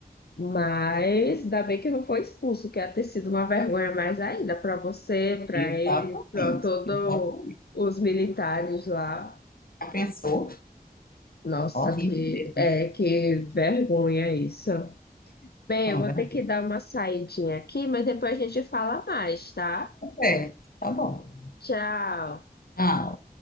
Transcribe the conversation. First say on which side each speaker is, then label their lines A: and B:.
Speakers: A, on the left; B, on the left.
A: Mas ainda bem que não foi expulso, que ia ter sido uma vergonha mais ainda para você, para
B: Exatamente,
A: ele, para todos
B: exatamente.
A: os militares lá.
B: Já pensou?
A: Nossa,
B: Horrível
A: que
B: mesmo.
A: é que vergonha isso. Bem,
B: Não,
A: eu vou
B: é verdade.
A: ter que dar uma saidinha aqui, mas depois a gente fala mais, tá?
B: É, tá bom.
A: Tchau.
B: Ah,